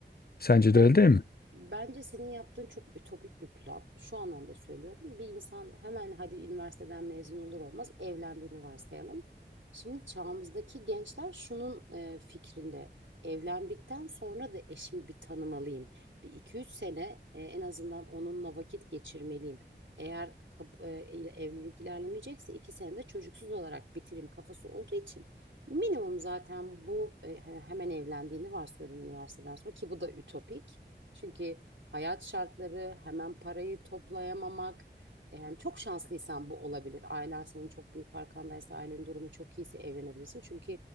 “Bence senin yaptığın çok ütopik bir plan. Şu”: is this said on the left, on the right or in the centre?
Right